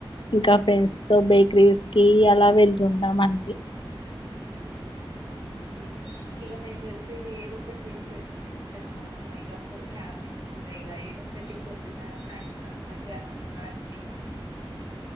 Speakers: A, on the left (about 70°); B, on the right (about 75°).
A: ఇంకా ఫ్రెండ్స్ తో బేకరీస్ కి అలా వెళ్తుంటాం అంతే
B: అవునండి ఇగ మేము వెళ్తే ఇగ ఏదో ఒకటి చేసి పెడుతునే ఉంటది మా అమ్మాయి. ఇగ పొద్దుకు హ్యాపీ గా ఉండేగా ఎదొ ఒకటి పొద్దున, సాయంత్రం, మధ్యాహ్నం, రాత్రిగా